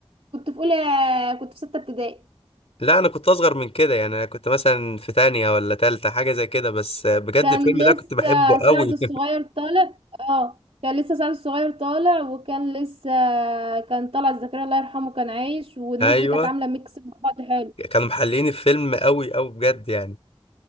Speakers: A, on the right (about 80°); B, on the left (about 85°).
A: كنت في اولى كنت في ستة ابتدائي
B: لا انا كنت اصغر من كده يعني انا كنت مثلا في تانية ولا تالتة حاجة زي كده بس بجد
A: كان
B: الفيلم
A: لسه
B: ده كنت بحبه قوي
A: سعد الصغير طالع اه كان لسه سعد الصغير طالع وكان لسه كان طلعت زكريا الله يرحمه كان عايش والناس
B: <laughs> ايوه
A: دي كانت عاملة ميكس مع بعض حلو
B: كانوا محللين الفيلم قوي قوي بجد يعني